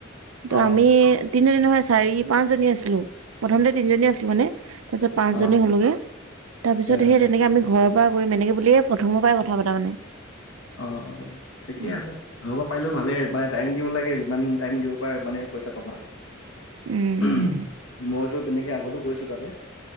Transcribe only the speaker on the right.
ত
আমি তিনিজনী নহয় চাৰি- পাঁচজনী আছিলো, প্ৰথমতে তিনিজনী আছিলো মানে তাৰ পিছত পাঁচজনী
হলোগে, তাৰ পিছত
সেই তেনেকা আমি ঘৰৰ পৰা কৰিম এনেকে বুলিয়েই প্ৰথমৰ পৰাই কথা পতা মানে।
উম
উম
উম